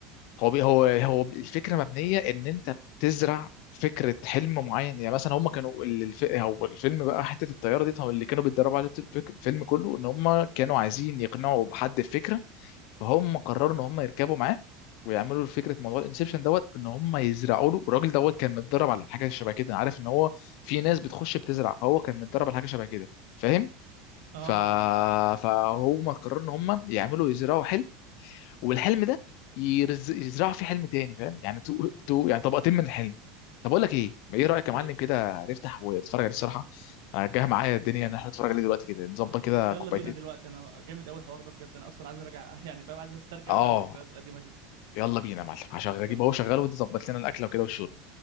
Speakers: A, on the left (about 50°); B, on the right (about 75°).
A: هو بي هو هو الفكره مبنيه ان انت بتزرع فكره حلم معين يعني مثلا هم كانوا ال- الف... هو الفيلم بقى حته الطياره دي طب اللي كانوا بيتدربوا على الفيلم كله ان هم كانوا عايزين يقنعوا بحد الفكره فهم قرروا ان هم يركبوا معاه ويعملوا فكره موضوع الانسبشن دوت ان هم يزرعوا له الراجل دوت كان متدرب على حاجه شبه كده عارف ان هو في ناس بتخش بتزرع فهو كان متدرب على حاجه شبه كده فاهم
B: اه
A: ف... فهم قرروا ان هم يعملوا يزرعوا حلم والحلم ده يرز... يزرعوا فيه حلم تاني فاهم يعني تو... تو... يعني طبقتين من الحلم طب اقول لك ايه ما ايه رايك يا
B: ايه
A: معلم كده نفتح ونتفرج عليه الصراحه أنا جاي معايا الدنيا ان احنا نتفرج عليه دلوقتي كده نظبط كده
B: ما يلا
A: كوبايتين
B: بينا دلوقتي انا جامد اول حوار ده بجد انا اصلا عايز ارجع <laughs> يعني فاهم عايز استرجع
A: اه
B: بقى الذكريات القديمة دي
A: يلا بينا يا معلم هشغل
B: يلا
A: اجيب اهو
B: بينا
A: شغال
B: حبيبي
A: وانت ظبط لنا الاكله وكده والشرب